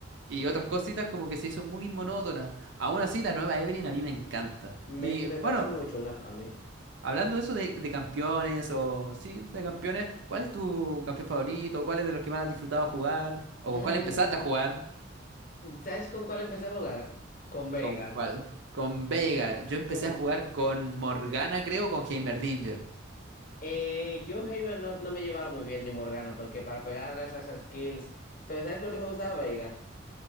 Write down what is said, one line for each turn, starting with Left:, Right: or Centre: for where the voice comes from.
Right: y otras cositas, como que se hizo muy monótona. Aún así, la nueva Evelynn a mí me encanta.
Left: Me,
Right: Y
Left: me
Right: bueno.
Left: parece muy chula a mí.
Right: Hablando de eso de, de campeones o sí, de campeones, ¿cuál es tu campeón favorito? ¿Cuál es de los que más has disfrutado jugar? ¿O
Left: Mm,
Right: con cuál empezaste a jugar?
Left: ¿sabes con cuál empecé a jugar? Con Veigar.
Right: ¿Con cuál? Con Veigar. Yo empecé
Left: Uf.
Right: a jugar con Morgana, creo, con Heimerdinger.
Left: Eh, yo Heiber no, no me llevaba muy bien ni Morgana, porque para pegar esas skills. Pero ¿sabes por qué me gustaba Veigar?